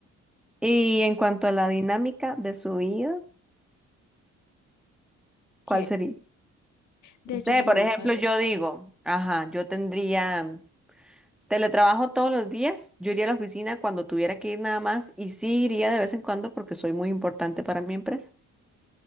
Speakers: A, in the centre; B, on the left.
A: Y en cuanto a la dinámica de su vida. ¿Cuál
B: ¿Qué?
A: sería?
B: De
A: No
B: ahí
A: sé,
B: yo me
A: por
B: levanto.
A: ejemplo, yo digo, ajá, yo tendría mm, teletrabajo todos los días, yo iría a la oficina cuando tuviera que ir nada más y sí iría de vez en cuando porque soy muy importante para mi empresa.